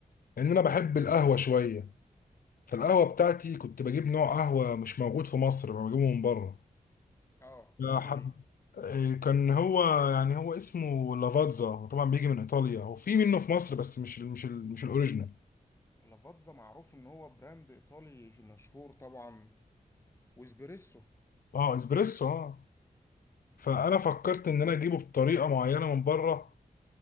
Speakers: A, on the left (about 80°); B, on the left (about 20°).
A: لان انا بحب القهوه شويه فالقهوه بتاعتي كنت بجيب نوع قهوه مش موجود في مصر بجيبه من بره
B: اه
A: فحب
B: اسمه ايه
A: إيه، كان هو يعني هو اسمه لافاتزا هو طبعا بيجي من ايطاليا وفي منه في مصر بس مش ال مش ال مش الاوريجينال
B: لافاتزا معروف ان هو براند ايطالي مشهور طبعا واسبريسو
A: اه اسبريسو اه فانا فكرت ان انا اجيبه بطريقه معينه من بره